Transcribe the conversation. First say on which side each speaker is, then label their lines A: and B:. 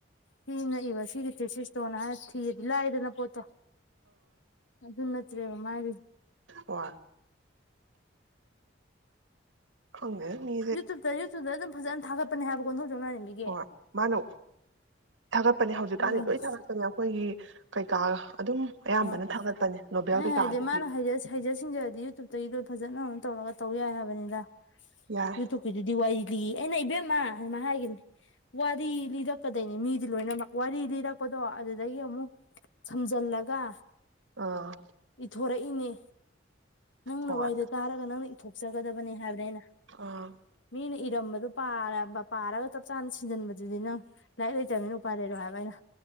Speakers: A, on the left (about 80°); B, on the right (about 85°).
A: ꯃꯤ ꯑꯃꯅ ꯏꯕ ꯁꯤꯒꯤ ꯇ꯭ꯔꯤꯁꯤꯁ ꯗꯨꯝꯃꯥꯏꯅ ꯊꯤꯔꯗꯤ ꯂꯥꯏꯗꯅ ꯄꯣꯠꯇꯣ ꯑꯗꯨ ꯅꯠꯇ꯭ꯔꯦꯕ ꯃꯥꯏꯗꯤ
B: ꯍ‌ꯣꯏ ꯈꯪꯗ‌ꯦꯗ ꯃꯤ
A: ꯌꯨꯇꯨꯞꯇ-ꯌꯨꯇꯨꯞꯇ ꯑꯗꯨꯝ ꯐꯖꯅ ꯊꯥꯒꯠꯄꯅ‌ꯦ ꯍꯥꯏꯕ ꯀꯣꯟꯊꯧꯖꯝ ꯂꯥꯏꯔ‌ꯦꯟꯕꯤꯒꯤ
B: ꯍꯣꯏ ꯃꯥꯅ ꯊꯥꯒꯠꯄꯅꯦ ꯍꯧꯖꯤꯛꯀꯥꯟꯗꯤ
A: ꯎꯝ
B: ꯂꯣꯏꯅ ꯊꯥꯒꯠꯄꯅꯦ ꯑꯈꯣꯏꯒꯤ ꯀꯩꯀꯥ ꯑꯗꯨꯝ ꯑꯌꯥꯝꯕꯅ
A: ꯍꯣꯏ
B: ꯊꯥꯒꯠꯄꯅꯦ ꯅꯣꯕꯦꯜ
A: ꯑꯩ
B: ꯀꯩꯀꯥꯗꯒꯤ
A: ꯍꯥꯏꯗꯤ ꯃꯥꯅ ꯍꯩꯖ ꯁꯤꯡꯖꯔꯗꯤ ꯌꯨꯇꯨꯞꯇꯩꯗ ꯐꯖꯅ ꯇꯧꯔꯒ ꯇꯧꯌꯥꯏ ꯍꯥꯏꯕꯅꯤꯗ
B: ꯌꯥꯏ
A: ꯌꯨꯇꯨꯞ ꯗꯨꯗꯤ ꯋꯥꯔꯤ ꯂꯤꯌꯦ ꯑꯩꯅ ꯏꯕꯦꯝꯃ ꯑꯗꯨꯃꯥꯏ ꯍꯥꯏꯒꯤꯕꯅꯤ ꯋꯥꯔꯤ ꯂꯤꯔꯛꯀꯗꯣꯏꯅꯤ ꯃꯤꯗꯤ ꯂꯣꯏꯅꯃꯛ ꯋꯥꯔꯤ ꯂꯤꯔꯛꯄꯗꯣ ꯑꯗꯨꯗꯒꯤ ꯑꯃꯨꯛ ꯁꯝꯖꯜꯂꯒ
B: ꯑꯥ
A: ꯏꯊꯣꯔꯛꯏꯅꯤ ꯅꯪꯅ
B: ꯍꯣꯏ
A: ꯋꯥꯔꯤꯗ‌ꯣ ꯇꯥꯔꯒ ꯅꯪꯅ ꯏꯊꯣꯛꯆꯒꯗꯕꯅ‌ꯦ ꯍꯥꯏꯕꯅꯦ ꯑꯩꯅ
B: ꯑꯥ
A: ꯃꯤꯅ ꯏꯔꯝꯕꯗ‌ꯣ ꯄꯥꯔꯒ ꯆꯞ ꯆꯥꯅ ꯁꯤꯟꯖꯟꯕꯗꯨꯅꯤ ꯅꯪ ꯂꯥꯏꯔꯤꯛ ꯂꯩꯇꯕꯅꯤꯅ ꯎꯄꯥ ꯂꯩꯔꯣꯏ ꯍꯥꯏꯕ ꯑꯩꯅ